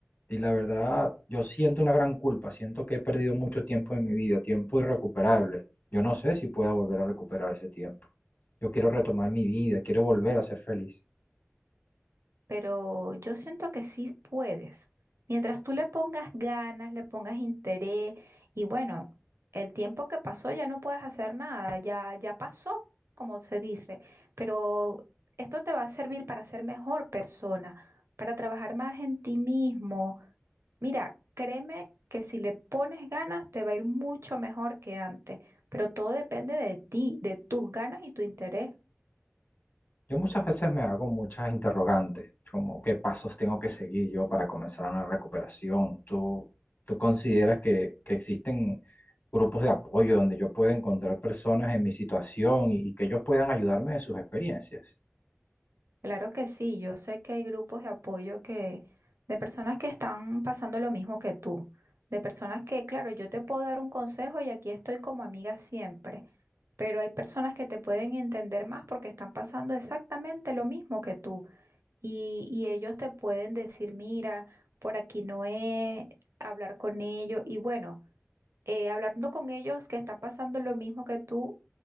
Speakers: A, on the left; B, on the right.
A: y la verdad, yo siento una gran culpa, siento que he perdido mucho tiempo en mi vida, tiempo irrecuperable. Yo no sé si pueda volver a recuperar ese tiempo. Yo quiero retomar mi vida, quiero volver a ser feliz.
B: pero yo siento que sí puedes. Mientras tú le pongas ganas, le pongas interés y bueno, el tiempo que pasó ya no puedes hacer nada, ya ya pasó, como se dice, pero esto te va a servir para ser mejor persona, para trabajar más en ti mismo. Mira, créeme que si le pones ganas te va a ir mucho mejor que antes, pero todo depende de ti, de tus ganas y tu interés.
A: Yo muchas veces me hago muchas interrogantes, como qué pasos tengo que seguir yo para comenzar una recuperación. ¿Tú, tú consideras que, que existen grupos de apoyo donde yo pueda encontrar personas en mi situación y, y que ellos puedan ayudarme de sus experiencias?
B: Claro que sí, yo sé que hay grupos de apoyo que, de personas que están pasando lo mismo que tú, de personas que, claro, yo te puedo dar un consejo y aquí estoy como amiga siempre, pero hay personas que te pueden entender más porque están pasando exactamente lo mismo que tú y, y ellos te pueden decir, mira, por aquí no es, hablar con ellos y bueno, eh, hablando con ellos que están pasando lo mismo que tú.